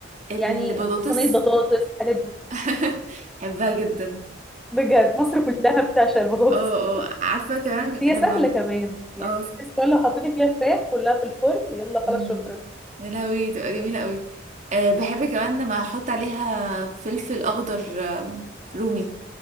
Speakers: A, on the right; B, in the centre.
A: البطاطس
B: يعني صينيه بطاطس الحاجات دي
A: <laughs> بحبها جدا
B: بجد مصر كلها بتعشق البطاطس
A: اه اه عارفه كمان
B: هي
A: لما
B: سهله كمان يعني
A: اه
B: بس كمان لو حطيتي فيها فراخ كلها في الفرن يلا خلاص
A: أمم،
B: شكرا
A: يا لهوي تبقى جميله قوي أه بحب كمان لما احط عليها فلفل اخضر آم، رومي